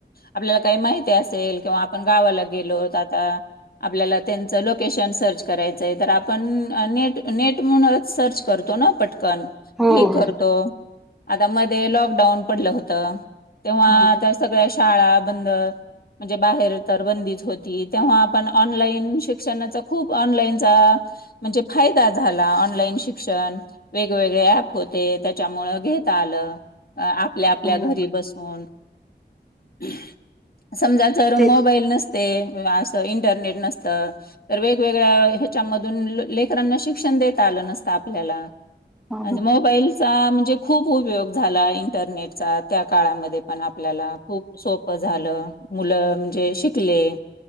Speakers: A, on the left; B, in the centre.
A: आपल्याला काही माहिती असेल किंवा आपण गावाला गेलो तर आता आपल्याला त्यांचं लोकेशन सर्च करायचंय तर आपण नेट नेट म्हणूनच सर्च करतो ना पट ण
B: हो
A: एक करतो आता मध्ये लॉकडाऊन पडलं होतं तेव्हा
B: हो
A: आता सगळ्या शाळा बंद म्हणजे बाहेर तर बंदीच होती तेव्हा आपण ऑनलाईन शिक्षणाचा खूप ऑनलाईनचा म्हणजे फायदा झाला ऑनलाईन शिक्षण वेगवेगळेप होते त्याच्यामुळं घता आलं अ आपल्या
B: हो
A: आपल्या घरी
B: हो
A: बसून ह समजा तर
B: ते
A: मोबाईल नसत ते असं इंटरनेट नसत तर वेगवेगळ्या ह्याच्यामधून लेकरांना शिक्षण देता आलं नसतं आपल्याला
B: होा
A: आज मोबाईलचा म्हणजे खूप उपयोग झाला इंटरनेटचा त्या काळामध्ये पण आपल्याला खूप सोप झालं मुलं म्हणजे शिकले.